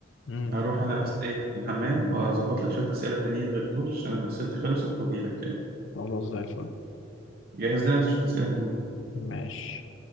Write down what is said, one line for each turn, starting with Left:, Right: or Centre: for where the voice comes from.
Left: مم،
Right: هروح انا بس ايه الحمام واظبط لك شوية أسئلة تانيين غير دول عشان أسئلتي خلصت واجي لك تاني
Left: خلاص زي الفل
Right: جهز لنا انت شوية أسئلة حلوين
Left: ماشي